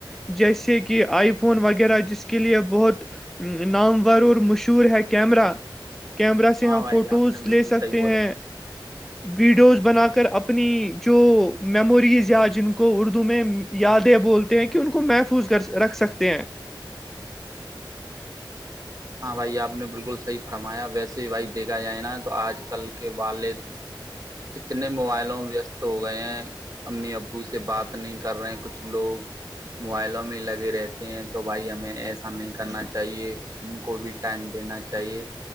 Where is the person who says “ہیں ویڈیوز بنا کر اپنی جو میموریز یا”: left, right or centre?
Centre